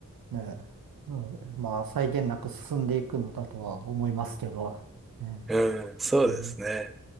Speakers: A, on the right (about 85°); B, in the centre.
A: ね、うん、まあ際限なく進んでいくのだとは思いますけど、ね、
B: うん、そうですね。
A: うん